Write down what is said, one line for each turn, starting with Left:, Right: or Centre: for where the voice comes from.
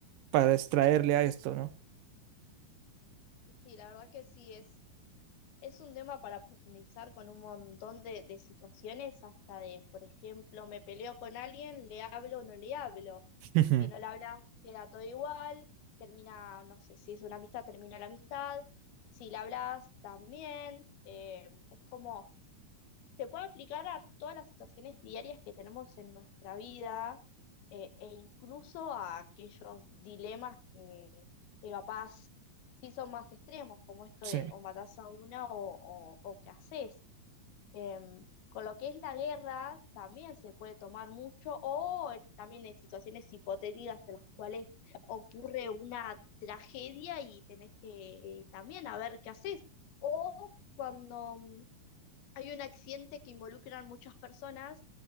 Right: para extraerle a esto, ¿no?
Left: Sí, la verdad que sí es. Es un tema para profundizar con un montón de, de situaciones, hasta de, por ejemplo, me peleo con alguien, le hablo o no le hablo.
Right: <laughs> Ujú.
Left: Si no le hablas, queda todo igual, termina, no sé, si es una amistad, termina la amistad. Si le hablas, también. Eh, es como se puede aplicar a todas las situaciones diarias que tenemos en nuestra vida eh, e incluso a aquellos dilemas que, que capaz sí son más extremos, como esto
Right: Sí,
Left: de o matás a una o, o, o qué haces. Em, con lo que es la guerra también se puede tomar mucho o eh, también en situaciones hipotéticas en las cuales ocurre una tragedia y tenés que eh, también a ver qué haces. O cuando mm, hay un accidente que involucra a muchas personas.